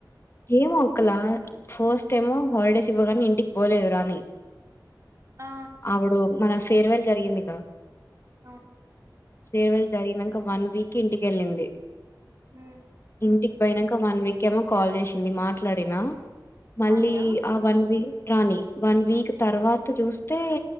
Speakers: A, on the left (about 35°); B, on the right (about 45°).
A: ఏమో ఒకలా ఫస్ట్ టైమ్ హాలిడేస్ ఇవ్వగానే ఇంటికి పోలేదు రాని
B: ఆ
A: అవిడో మన ఫేర్వెల్ జరిగిందిగా
B: అవ్
A: ఫేర్వెల్ జరిగినంక వన్ వీక్కి ఇంటికెళ్ళింది
B: హమ్
A: ఇంటికి పోయినంక వన్ వీక్కి ఏమో కాల్ చేసి కింది మాట్లాడినా మళ్ళీ
B: వానియా
A: ఆ వన్ వీక్ రాని వన్ వీక్ తర్వాత చూస్తే